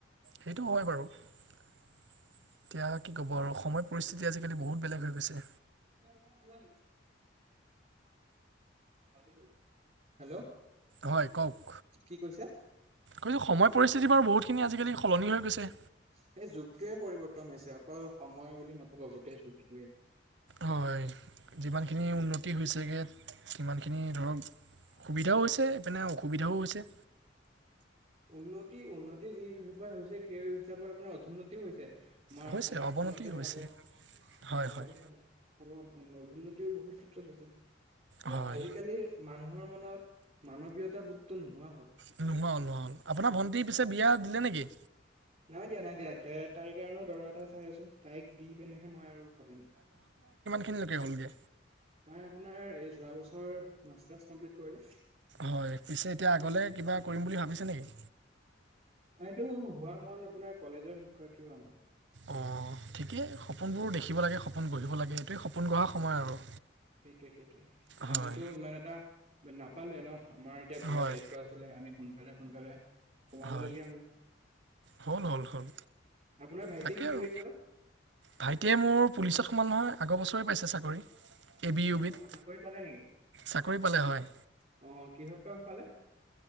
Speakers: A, on the right; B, on the right.
A: সেইটো হয় বাৰু। এতিয়া কি ক'ব আৰু সময় পৰিস্থিতি আজিকালি বহুত বেলেগ হৈ গৈছে
B: ফল আহেই। <inaudible> হেল্ল'!
A: হয় কওক।
B: কি কৈছে?
A: কৈছো সময় পৰিস্থিতি বাৰু বহুত খিনি আজিকালি সলনি হৈ গৈছে।
B: সেই যুগটোৱে পৰিৱৰ্তন হৈছে, অকল সময় বুলি নক'ব গোটেই যুগটোৱে
A: হয় যিমানখিনি উন্নতি হৈছেগে সিমানখিনি ধৰক সুবিধাও হৈছে ইপিনে অসুবিধাও হৈছে।
B: উন্নতি উন্নতি যি হি হৈছে সেই হিচাপত আপোনাৰ অধোন্নতিও হৈছে আমাৰ
A: হৈছে
B: সমাজখনতে,
A: অৱনতি হৈছে
B: চাব কিবাহতে
A: হয় হয়
B: চাব। নদোন্নতিও বহুত ক্ষেত্ৰত হৈছে আৰু
A: হয়
B: আজিকালি মানুহৰ মনত মানৱীয়তা বোধটো নোহোৱা হ'ল।
A: <unintelligible> আপোনাৰ ভন্টি পিছে বিয়া দিলে নেকি?
B: নাই দিয়া নাই দিয়া তে তাইৰ কাৰণেও দৰা এটা চাই আছো। তাইক দি পেনেহে মই আৰু ভাবিম।
A: <unintelligible> হ'লগে।
B: তাই আপোনাৰ যোৱাবছৰ মাস্তাৰ্চ কমপ্লিট কৰিলো।
A: হয় পিছে এতিয়া আগলৈ কিবা কৰিম বুলি ভাবিছে নেকি?
B: এইটো হোৱা মন আপোনাৰ কলেজৰ শিক্ষয়িত্ৰী হোৱা মন।
A: অ', ঠিকেই সপোনবোৰো দেখিব লাগে সপোন গঢ়িব লাগে এইটোৱেই সপোন গঢ়া সময় আৰু।
B: সেইটোৱে সেইটোৱে
A: হয়
B: আমিতো ইমান এটা নাপালোৱে ন'। আমাৰ এতিয়া ঘৰৰ
A: হয়
B: দায়িত্ব আছিলে আমি সোনকালে, সোনকালে সোমাবলগীয়া
A: হয়
B: হ'ল।
A: হ'ল হ'ল হ'ল
B: আপোনাৰ ভাইটিয়ে
A: তাকে
B: কি
A: আৰু
B: কৰি আছে বা
A: ভাইটিয়ে মোৰ পুলিচত <unintelligible> নহয় আগৰ বছৰে পাইছে চাকৰি। এ বি ইউ বিধ
B: অ চাকৰি পালে নেকি
A: চাকৰি পালে হয়।
B: অ', কিহত পালে?